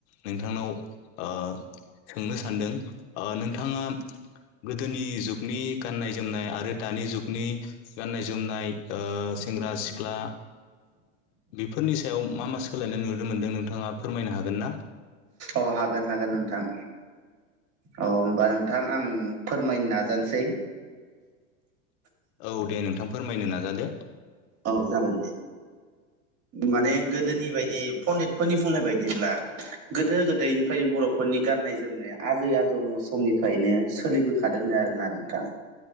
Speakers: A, on the left; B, on the right.
A: नोंथांनाव ओ सोंनो सानदों ओ नोंथाङा गोदोनि जुगनि गाननाय जोमनाय आरो दानि जुगनि गाननाय जोमनाय सेंग्रा सिख्ला फोरनि सायाव मा मा सोलायनाय नुनो मोन्दों नोंथाङा फोरमायनो हागोन ना
B: औ हागोन हागोन नोंथां औ होमबा नोंथां आं फोरमायनो नाजानोसै
A: औ दे नोंथां फोरमायनो नाजादो
B: औ जागोन दे माने गोदोनि बायदि पण्डितफोरनि बुंनाय बायदिब्ला गोदो गोदायनिफ्राय बर'फोरनि गाननाय जोमनाया आजै आजौ समनिफ्रायनो सोलिबो खादोंनो आरोना नोंथां